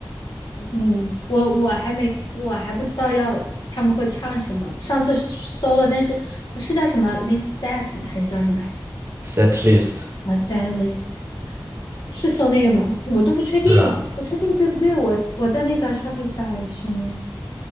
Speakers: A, on the left (about 70°); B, on the right (about 35°).
A: 嗯，我我还没，我还不知道要他们会唱什么。上次搜了，但是呃是叫什么 list set 吗还是叫什么来着？
B: Set list
A: 啊，set list 是搜那个吗？我都不确定，
B: <laughs> 是啊
A: 我都不确定对不对。我我在那个 Shopify 上面